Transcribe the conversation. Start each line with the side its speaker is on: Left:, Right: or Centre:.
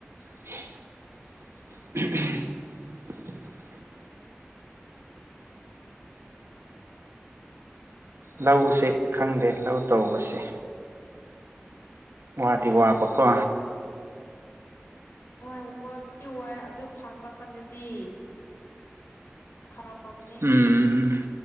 Right: <inaudible> ꯂꯧꯁꯦ ꯈꯪꯗꯦ ꯂꯧ ꯇꯧꯕꯁꯦ ꯋꯥꯗꯤ
Left: ꯎꯝ
Right: ꯋꯥꯕꯀꯣ
Left: ꯍꯣꯏ ꯋꯥꯕꯨꯗꯤ ꯋꯥ ꯑꯗꯨ ꯐꯪꯕ ꯀꯥꯟꯗꯗꯤ ꯐꯔꯛꯑꯕꯅꯤ
Right: ꯎꯝ